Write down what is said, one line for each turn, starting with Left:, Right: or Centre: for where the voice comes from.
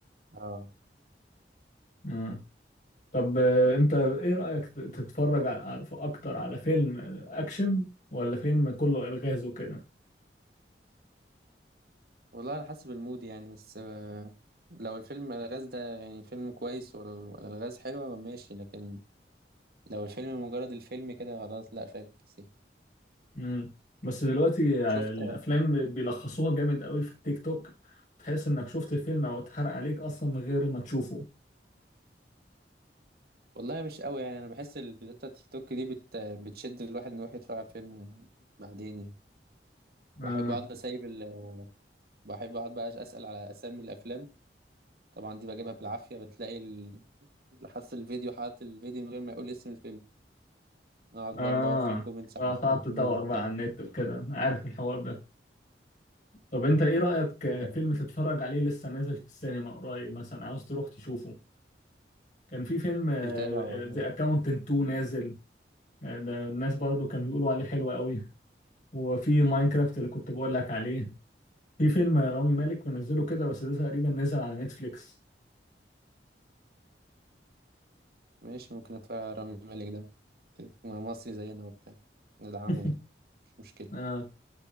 Right: اه
Left: مم. طب آه، انت ايه رأيك ت- تتفرج على- على- اكتر على فيلم اكشن ولا فيلم كله الغاز وكده
Right: والله على حسب المود يعني بس آه، لو الفيلم الغاز ده يعني فيلم كويس ولا ولا الغاز حلوة ماشي لكن لو الفيلم مجرد الفيلم كده خلاص لا فاكس يعني.
Left: مم. بس دلوقتي
Right: شفت
Left: الافلام بيلخصوها جامد قوي في التيك توك تحس انك شفت الفيلم او اتحرق عليك اصلا من غير ما تشوفه
Right: والله مش قوي يعني انا بحس الفيديوهات بتاع تيك توك دي بت... بتشد الواحد انه يروح يتفرج على الفيلم بعدين يعني
Left: اه
Right: بحب اقعد اسيب ال... بحب اقعد بقى اسال على اسامي الافلام طبعا دي بجيبها بالعافية بتلاقي ال- اللي حاطط الفيديو حاطط الفيديو من غير ما يقول اسم الفيلم نقعد
Left: اه
Right: بقى ندور في الكومنتس
Left: قعدت
Right: على اسم الفيلم
Left: تدور
Right: وبتاع
Left: بقى على النت وكده أنا عارف الحوار ده طب انت ايه رأيك آه،
Right: آه،
Left: فيلم تتفرج عليه لسه نازل في السينما قريب مثلا عاوز تروح تشوفه كان في فيلم
Right: مش متابع والله
Left: ذا اكاونتنت 2 نازل آه، ده الناس برضو كانوا بيقولوا عليه حلو قوي وفي ماينكرافت اللي كنت بقول لك عليه في فيلم رامي مالك منزله كده بس ده تقريبا نزل على نتفليكس
Right: ماشي ممكن اتفرج على رامي مالك ده كده مصري زينا وبتاع ندعمه
Left: <laughs>
Right: يعني مش مشكلة
Left: آه.